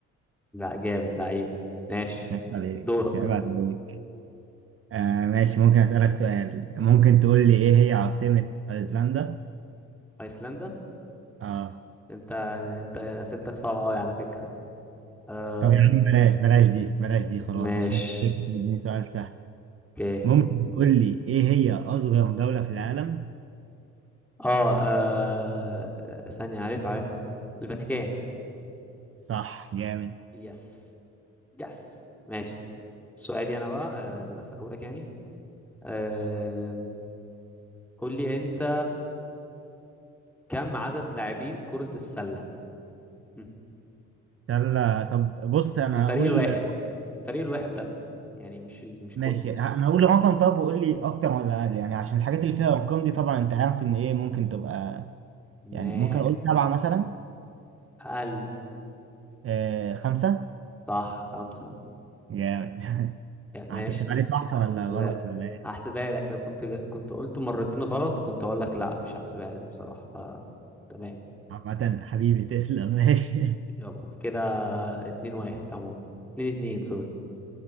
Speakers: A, in the centre; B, on the right (about 45°).
A: لا جامد لعيب ماشي
B: عيب عليك
A: دورك
B: عيب عليك آه ماشي ممكن اسالك سؤال ممكن تقول لي ايه هي عاصمه ايسلندا
A: أيسلندا
B: اه
A: أنت أنت أسئلتك صعبة أوي على فكرة آه
B: طب يا عم بلاش بلاش دي بلاش دي خلاص
A: ماشي
B: عشان انت بتديني سؤال سهل
A: أوكي
B: ممكن تقول لي ايه هي اصغر دولة في العالم
A: آه, آه ثانية عارف عارفها الفاتيكان
B: صح جامد
A: يس يس ماشي سؤالي أنا بقى آه، أسأله لك يعني آم، قول لي انت كم عدد لاعبين كرة السلة مم.
B: يلا طب بص انا
A: الفريق
B: هقول
A: الواحد الفريق الواحد بس يعني مش ال... مش
B: ماشي
A: كله
B: ه- انا هقول رقم طب وقول لي اكتر ولا اقل يعني عشان الحاجات اللي فيها ارقام دي طبعا انت عارف ان ايه ممكن تبقى
A: ما
B: يعني ممكن اقول سبعة مثلا
A: اقل
B: آه خمسة
A: صح خمسة
B: جامد
A: يا ماشي
B: هتحسبها لي صح
A: هحسبها
B: ولا غلط ولا ايه
A: هحسبها لك لو كنت ج- كنت قلت مرتين غلط كنت اقول لك لا مش هحسبها لك بصراحة ف تمام
B: عامة حبيبي تسلم ماشي <laughs>
A: يلا كده اتنين واحد عموما اتنين اتنين سوري